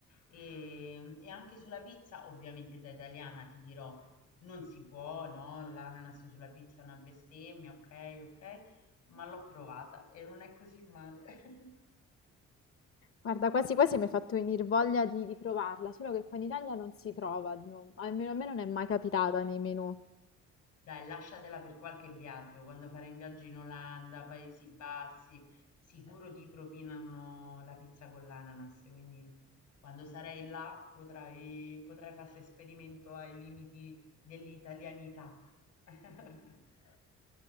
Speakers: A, on the left (about 80°); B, on the left (about 45°).
A: ehm, e anche sulla pizza, ovviamente da italiana ti dirò, non si può, no, l'ananas sulla pizza è una bestemmia, okay, okay, ma l'ho provata e non è così male. <laughs>
B: Guarda, quasi quasi mi hai fatto venire voglia di, di provarla, solo che qua in Italia non si trova, no, almeno a me non è mai capitata nei menù.
A: Dai, lasciatela per qualche viaggio, quando farai un viaggio in Olanda, Paesi Bassi, sicuro ti propinano la pizza con l'ananas, quindi quando sarai là potrai, potrai fare esperimento ai limiti dell'italianità. <laughs>